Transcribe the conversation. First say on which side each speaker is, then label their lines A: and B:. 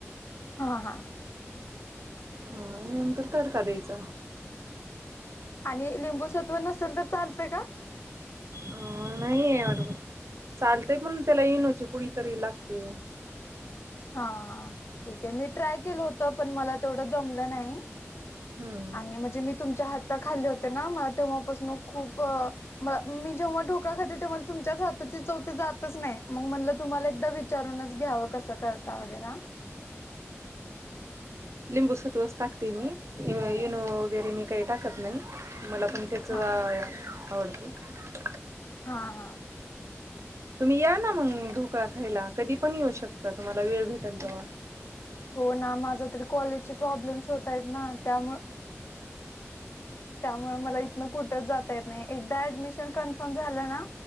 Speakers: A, on the left; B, on the right.
A: हा हा
B: हा नंतर तडका द्यायचा
A: आणि लिंबू सत्व नसेल तर चालतं का
B: अ नाही आहेर चालतेय पण त्याला येईन होते पुढ तरी लागते
A: हा ठीक आहे मी ट्राय केलं होत पण मला तेवढं जमलं नाही
B: हम्म
A: आणि म्हणजे मी तुमच्या हातात खाल्ले होते ना मला तेव्हापासून खूप म मी जेव्हा डोक तुमच्या हाताची चौथी जातच नाही मग म्हण तुम्हाला एकदा विचारूनच घ्याव कस करता वगैरे
B: लिंबू सतवस टाकते मी येनो वगैरे मी काही टाकत नाही मला पण तेच
A: हा
B: जा आवडत
A: हा हा
B: तुम्ही या ना मग ढोकळा खायला कधी पण येऊ शकता तुम्हाला वेळ भेटेल तेव्हा
A: हो ना माझ तरी कॉलेजचे प्रॉब्लेम्स होतय ना त्यामु त्यामुळे मला इथन कुठंच जाता येत नाही एकदा ऍडमिशन कन्फर्म झालं ना